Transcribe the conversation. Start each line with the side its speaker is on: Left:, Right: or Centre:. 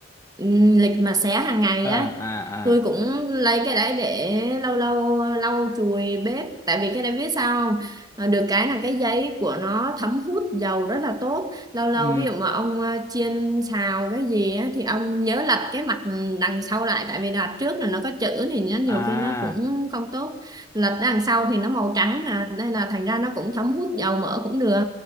Right: ừ, lịch mà xé hàng ngày
Left: à
Right: đó
Left: à
Right: tôi
Left: à
Right: cũng lấy cái đấy để lâu lâu lau chùi bếp tại vì cái đấy biết sao không Ờ, được cái là cái giấy của nó thấm hút dầu rất là tốt lâu lâu
Left: ừ
Right: ví dụ mà ông ờ, chiên xào cái gì á, thì ông nhớ lật cái mặt đằng sau lại tại vì đằng trước là nó có chữ thì nó nhiều
Left: à
Right: khi nó cũng không tốt lật đằng sau thì nó màu trắng à nên là thành ra nó cũng thấm hút dầu mỡ cũng được